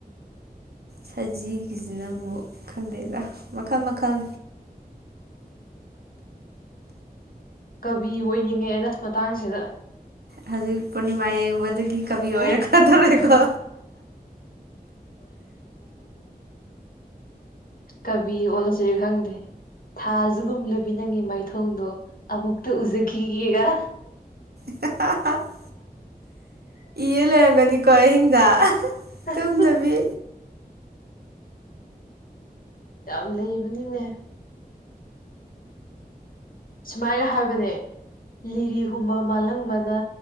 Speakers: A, on the right (about 80°); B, on the left (about 65°).
A: ꯁꯖꯤꯒꯤꯁꯤꯅ ꯑꯃꯨꯛ ꯈꯪꯗꯦꯗ ꯃꯈꯜ ꯃꯈꯜ
B: ꯀꯕꯤ ꯑꯣꯏꯅꯤꯡꯉꯦꯗ ꯃꯇꯥꯡꯁꯤꯗ
A: ꯍꯧꯖꯤꯛ ꯄꯨꯔꯅꯤꯃꯥ ꯌꯦꯡꯕꯗꯒꯤ ꯀꯕꯤ
B: ꯎꯝ
A: ꯑꯣꯏꯔꯛꯀꯗꯣꯔꯦꯀꯣ
B: ꯀꯕꯤ ꯑꯣꯜꯂꯁꯤꯔꯥ ꯈꯪꯗꯦ ꯊꯥꯖꯒꯨꯝ ꯂꯨꯕꯤ ꯅꯪꯉꯤ ꯃꯥꯏꯊꯣꯡꯗꯣ ꯑꯃꯨꯛꯇ ꯎꯖꯈꯤꯒꯦꯒ
A: <unintelligible> ꯏ ꯂꯩꯔꯝꯒꯅꯤꯀꯣ ꯑꯍꯤꯡꯗ
B: <unintelligible>
A: ꯇꯨꯝꯗꯕꯤ
B: ꯌꯥꯝ ꯂꯩꯕꯅꯤꯅꯦ ꯁꯨꯃꯥꯏꯅ ꯍꯥꯏꯕꯅꯦ ꯂꯤꯔꯤꯍꯨꯝꯕ ꯃꯥꯜꯂꯪꯕꯅ